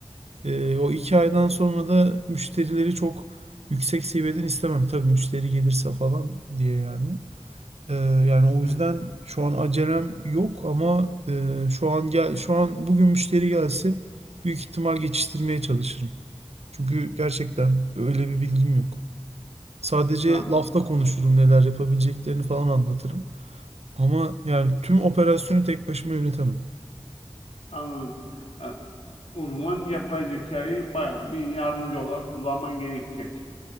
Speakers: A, on the right; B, on the left.
A: E, o iki aydan sonra da müşterileri çok yüksek seviyeden istemem. Tabii müşteri gelirse falan diye yani. Ee, yani o yüzden
B: evet.
A: şu an acelem yok ama e, şu an gel şu an bugün müşteri gelse büyük ihtimal geçiştirmeye çalışırım. Çünkü gerçekten öyle bir bilgim yok. Sadece
B: Tamam,
A: lafta konuşurum neler yapabileceklerini falan anlatırım. Ama yani tüm operasyonu tek başıma yönetemem.
B: anladım. Ya, o zaman yapay zekayı bayağı bir yardımcı olarak kullanman gerekecek.